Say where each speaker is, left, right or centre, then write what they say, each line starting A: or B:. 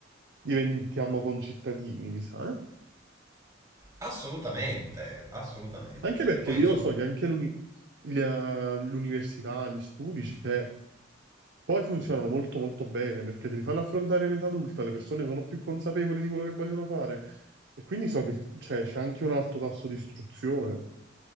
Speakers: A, on the right; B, on the right.
A: diventiamo concittadini, mi sa, eh?
B: Assolutamente, assolutamente.
A: Anche perché
B: E poi
A: io
B: insomma,
A: so che anche l'uni- gli, eh, l'università, gli studi, cioè, poi funzionano molto molto bene perché te li fanno affrontare in età adulta, le persone sono più consapevoli di quello che vogliono fare e quindi so che cioè, c'è anche un alto tasso di istruzione.